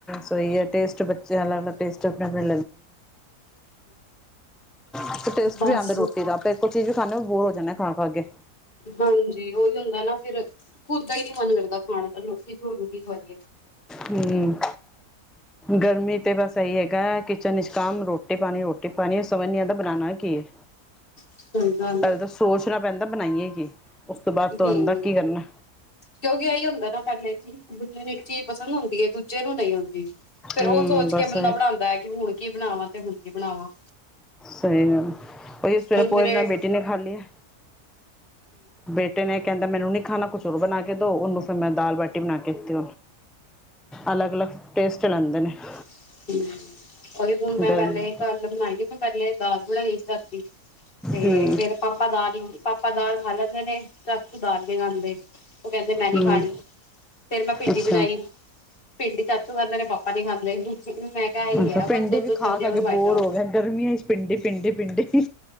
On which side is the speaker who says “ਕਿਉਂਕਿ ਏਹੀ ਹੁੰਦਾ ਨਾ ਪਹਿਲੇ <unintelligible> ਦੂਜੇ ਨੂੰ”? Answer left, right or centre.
Left